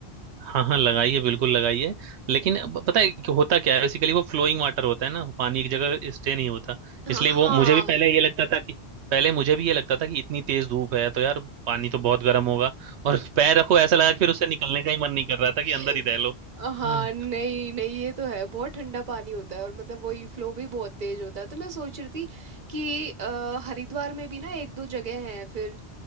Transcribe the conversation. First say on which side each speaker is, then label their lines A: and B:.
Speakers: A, on the right (about 85°); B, on the right (about 50°).
A: हाँ हाँ लगाइए बिल्कुल लगाइए लेकिन अब पता है कि होता क्या है बेसिकली वो फ्लोइंग वाटर होता है ना वो पानी एक जगह स्टे नहीं होता
B: हाँ
A: इसलिए
B: हाँ
A: वो मुझे भी पहले ये लगता था कि पहले मुझे भी ये लगता था कि इतनी तेज धूप है तो यार पानी तो बहुत गर्म होगा और पैर रखो ऐसा लगा कि फिर उससे निकलने का ही मन नहीं कर रहा था
B: <laughs>
A: कि अंदर ही रह लो
B: हाँ
A: हम्म,
B: नहीं नहीं ये तो है बहुत ठंडा पानी होता है और मतलब वही फ्लो भी बहुत तेज होता है तो मैं सोच रही थी कि अ, हरिद्वार में भी ना एक दो जगह हैं फिर